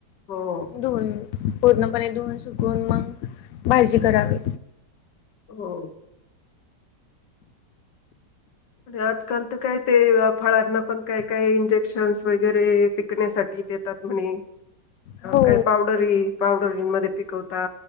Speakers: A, on the left (about 85°); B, on the left (about 70°).
A: हो
B: धुवून पूर्णपणे धुवून सुकून मग भाजी करावी.
A: हो आणि आजकाल तर काय ते फळांना पण काय- काय इंजेक्शन्स वगैरे पिकण्यासाठी देतात. म्हणे
B: हो
A: काय पावड <unintelligible> पावडरी मध्ये पिकवता